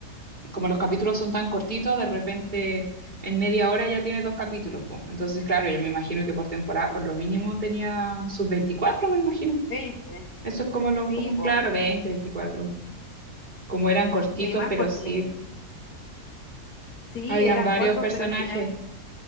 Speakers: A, on the right; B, on the left.
A: como los capítulos son tan cortitos, de repente en media hora ya tiene dos capítulos, po. Entonces, claro, yo me imagino que por temporada por lo mínimo tenía sus veinticuatro, me imagino.
B: Veinte.
A: Eso es como lo
B: Sí,
A: común,
B: pues.
A: claro, 20, 24. Como eran cortitos,
B: De más
A: pero
B: porque
A: sí,
B: sí,
A: habían
B: eran
A: varios
B: cortos,
A: personajes.
B: pero al final